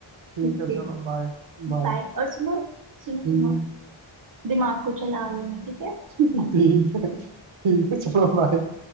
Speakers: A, on the right; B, on the right.
A: ठीक
B: ठीक
A: है
B: है,
A: चलो बाय बाय
B: बाय और सुनो सुनो
A: <laughs>
B: सुनो दिमाग को चला लेना ठीक
A: ठीक
B: है
A: है ठीक है चलो बाय